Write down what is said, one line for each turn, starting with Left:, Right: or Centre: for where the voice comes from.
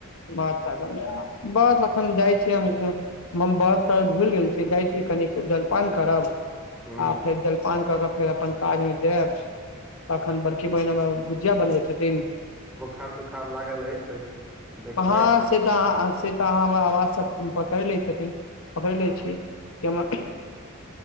Left: ब <unintelligible> बस एखन जाइ छीिय हम <unintelligible> भूलि गेल छी जाइ छी कनििक जलपान करब
Centre: हुं
Left: आ फेर जलपान क कऽ फेर अपन काज मे जेब तखन बड़की बहिन हमर भुजिया बनबै छथिन
Centre: बोखार तुखार लागल अछि तऽ देखबै
Left: हँ
Centre: अपन
Left: से तऽ अहाँ से तऽ अहाँ हमर आवाज सभ पकड़ि लै छथिन पकैर लै
Centre: हँ
Left: छी कि हमर
Centre: हम्म,